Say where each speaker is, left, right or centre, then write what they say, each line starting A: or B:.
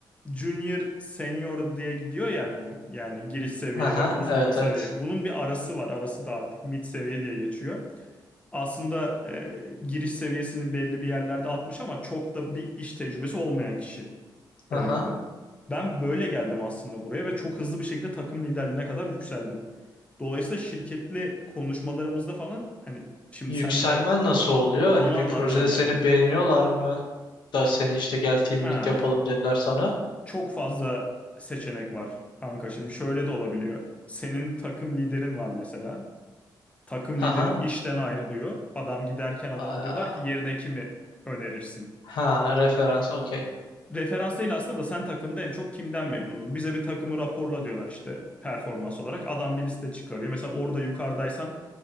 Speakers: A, on the left (about 15°); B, on the left (about 75°).
A: junior senior diye gidiyor yani bu. Yani giriş seviye
B: Aha,
A: ve uzman
B: evet
A: seviye.
B: evet.
A: Bunun bir arası var. Arası da artık mid seviye diye geçiyor. Aslında e, giriş seviyesini belli bir yerlerde atmış ama çok da bir iş tecrübesi olmayan kişi
B: Aha.
A: demek oluyor. Ben böyle geldim aslında buraya ve çok hızlı bir şekilde takım liderliğine kadar yükseldim. Dolayısıyla şirketli konuşmalarımızda falan hani şimdi
B: Yükselmen
A: sen de
B: nasıl oluyor?
A: onu
B: Hani bir
A: anlatacağım
B: projede seni
A: şimdi.
B: beğeniyorlar mı da seni işte gel team
A: Ha,
B: lead yapalım dediler sana.
A: çok fazla seçenek var kanka. Şimdi şöyle de olabiliyor. Senin takım liderin var mesela. Takım
B: Haha.
A: liderin işten ayrılıyor. Adam giderken adama
B: Aa,
A: diyorlar ki yerine kimi önerirsin?
B: Ha referans okey
A: Referans değil aslında da sen takımda en çok kimden memnunun? Bize bir takımı raporla diyorlar işte performans olarak. Adam bir liste çıkarıyor. Mesela orada yukarıdaysan